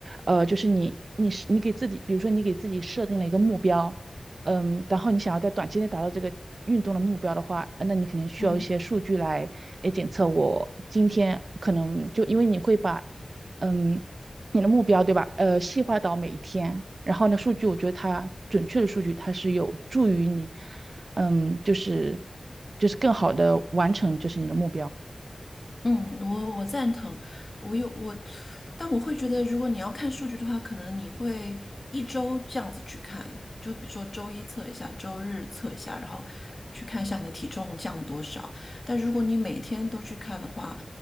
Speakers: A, on the right; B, on the left.
A: 呃，就是你你是你给自己，比如说你给自己设定了一个目标，嗯，然后你想要在短期内达到这个运动的目标的话，呃那你可能需要一些数据来，
B: 嗯，
A: 诶，检测我今天可能就因为你会把，嗯，你的目标对吧？呃，细化到每一天，然后呢，数据我觉得它准确的数据它是有助于你，嗯，就是就是更好的完成就是你的目标。
B: 嗯，我我赞同，我有我，但我会觉得，如果你要看数据的话，可能你会一周这样子去看，就比如说周一测一下，周日测一下，然后去看一下你的体重降了多少。但如果你每天都去看的话，